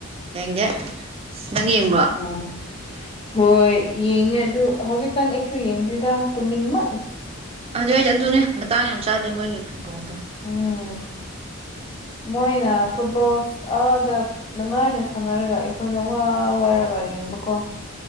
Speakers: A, on the right; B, on the left.
A: ꯌꯦꯡꯗꯦ ꯅꯪ ꯌꯦꯡꯕꯔꯣ
B: ꯑꯣ ꯍꯣꯏ ꯌꯦꯡꯉꯦ ꯑꯗꯨ ꯍꯧꯖꯤꯛꯀꯥꯟ ꯑꯩꯁꯨ ꯌꯦꯡꯗ꯭ꯔꯦꯗ ꯇꯨꯅꯤꯡꯃꯟ
A: ꯑꯗꯨꯏꯗꯤ ꯑꯗꯨꯅꯤ ꯃꯇꯥꯡ ꯌꯥꯝ ꯆꯥꯗꯦ ꯃꯣꯏꯒꯤ ꯐꯨꯠꯕꯣꯜꯗꯣ
B: ꯎꯝ ꯃꯣꯏꯅ ꯐꯨꯠꯕꯣꯜ ꯑꯥꯗ ꯅꯨꯡꯉꯥꯏꯅ ꯁꯥꯟꯅꯔꯒ ꯑꯩꯈꯣꯏꯅ ꯋꯥ ꯋꯥꯔꯒ ꯌꯦꯡꯕꯀꯣ